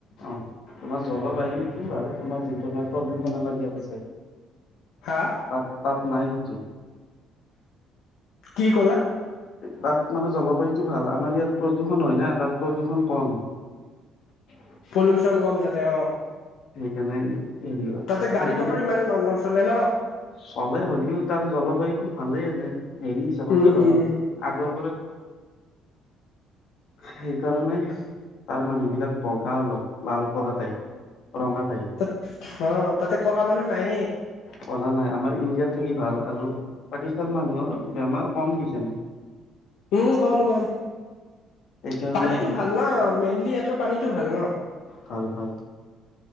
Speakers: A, on the left; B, on the left.
A: অ' তোমাৰ জলবায়ু এইটোও ভাল তোমাৰ যোনটো মানে প্ৰদূষণ আমাৰ ইয়াত আছে। তাত,
B: হা
A: তাত নাই। <inaudible>
B: কি ক'লা?
A: তাত মানে জলবায়ুটো ভাল, আমাৰ ইয়াত প্ৰদূষণ হয় না। তাত, প্ৰদূষণ কম।
B: পলুউচন কম তাতে অ'।
A: কেনেই হেল্ল হয়
B: তাতে গাড়ী
A: সেইকাৰণে
B: মটৰ ইমান ন নচলে ন
A: চলে হ'লেও তাৰ জলবায়ু ভালে এনেই হেৰি হিচাপতে
B: উম
A: ভাল
B: উম
A: আগৰ সেইকাৰণে তাৰ মানুহ বিলাক বগা অলপ লাল পৰা তাই ৰঙাতাই।
B: তাত অ তাতে কলা। মানুহ নাই।
A: পঢ়া নাই আমাৰ ইণ্ডিয়াত থাকি ভাল আৰু পাকিস্তান মানুহৰ বেমাৰ কম কিজানি।
B: উম, কম, কম।
A: সেইকাৰণে
B: পানীতো ভাল নহ অ মেইনলি। ইহঁৰ পানীটো ভাল ন।
A: ভাল, ভাল।